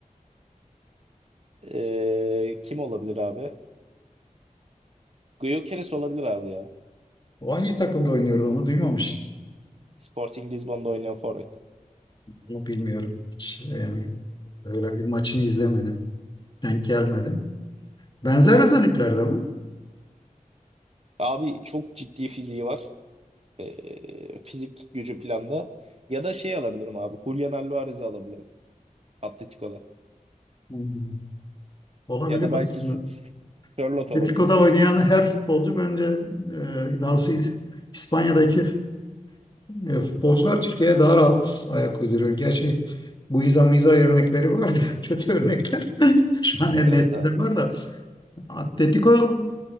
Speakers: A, on the right; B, on the left.
A: E, kim olabilir abi? Gyökeres olabilir abi ya.
B: O hangi takımda oynuyordu onu duymamıştım.
A: Sporting Lisbon'da oynayan forvet.
B: Onu bilmiyorum. Hiç yani öyle bir maçını izlemedim. Denk gelmedim. Benzer özelliklerde mi?
A: Abi çok ciddi fiziği var. E, fizik gücü planda. Ya da şey alabilirim abi. Julian Alvarez'i alabilirim. Atletico'da.
B: Hmm. Olabilir
A: Ya da belki
B: aslında.
A: Sö- Sörloth
B: Atletico'da
A: olabilir.
B: oynayan her futbolcu bence e, daha doğrusu İspanya'daki e, futbolcular Türkiye'ye daha rahat ayak uyduruyor. Gerçi Guiza Miza örnekleri vardı. <laughs> Kötü örnekler. <laughs> Şu an en
A: Evet
B: nesilde
A: abi.
B: var da. Atletico